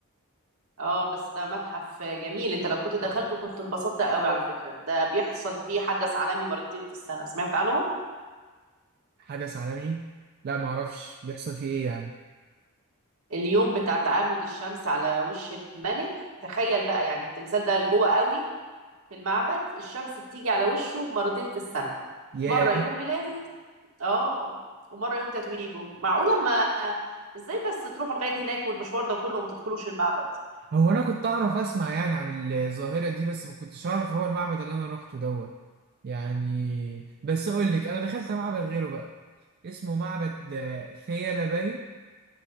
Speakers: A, on the right; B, on the right.
A: اه بس ده متحف جميل انت لو كنت دخلته كنت انبسطت قوي على فكرة ده بيحصل فيه حدث عالمي مرتين في السنة سمعت عنهم
B: حدث عالمي لا معرفش بيحصل فيه ايه يعني
A: اليوم بتاع تعامد الشمس على وش الملك تخيل بقى يعني التمثال ده لجوه قوي في المعبد الشمس بتيجي على وشه مرتين في السنة
B: ياه
A: مرة يوم ميلاده اه ومره يوم تتويجه معقوله ما ازاي بس تروحوا لغايه هناك والمشوار ده كله وما تدخلوش المعبد
B: هو انا كنت اعرف اسمع يعني عن الظاهرة دي بس ما كنتش اعرف هو المعبد اللي انا روحته دوت يعني بس اقول لك انا دخلت معبد غيره بقى اسمه معبد آه، فيلة باين